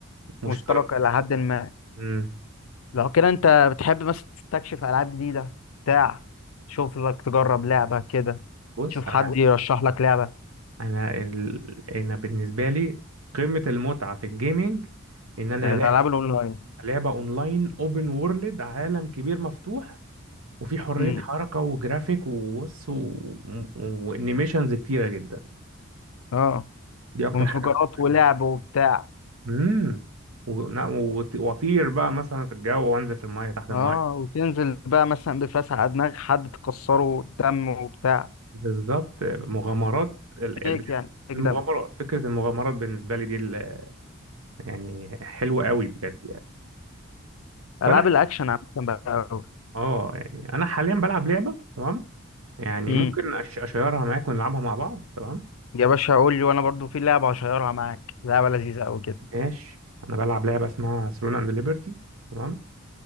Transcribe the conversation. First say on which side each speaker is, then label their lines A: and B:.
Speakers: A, on the right; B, on the left.
A: مشترك
B: مشتركة إلى حد ما
A: امم
B: لو كده أنت بتحب مثلا تستكشف ألعاب جديدة بتاع تشوف لك تجرب لعبة كده
A: بص
B: تشوف
A: انا
B: حد يرشح لك لعبة
A: انا ال... انا بالنسبه لي قمه المتعه في الجيمنج ان انا
B: الألعاب
A: الاقي
B: الأونلاين
A: لعبه اونلاين اوبن وورلد عالم كبير مفتوح وفي حريه
B: أمم،
A: حركه وجرافيك وبص و... وانيميشنز كتيره جدا
B: أه
A: دي اكتر
B: وانفجارات
A: حاجه بتعجبني
B: ولعب وبتاع
A: امم و... نا- وط- واطير بقى مثلا في الجو وانزل في المايه تحت المايه
B: أه وتنزل بقى مثلا بفلاس على دماغ حد تكسره دم وبتاع
A: بالظبط مغامرات ال-
B: فيك
A: ال-
B: يعني فيك
A: المغامرات
B: دم
A: فكره المغامرات بالنسبه لي دي ال- يعني حلوه قوي بجد يعني
B: ألعاب
A: فانا
B: الأكشن عامة بقى أوي
A: اه يعني انا حاليا بلعب لعبه تمام يعني
B: أمم،
A: ممكن أش... اشيرها معاك ونلعبها مع بعض تمام
B: يا باشا قول لي وأنا برضو في لعبة هشيرها معاك لعبة لذيذة أوي كده
A: ماشي انا بلعب لعبه اسمها ثرون اند ليبرتي تمام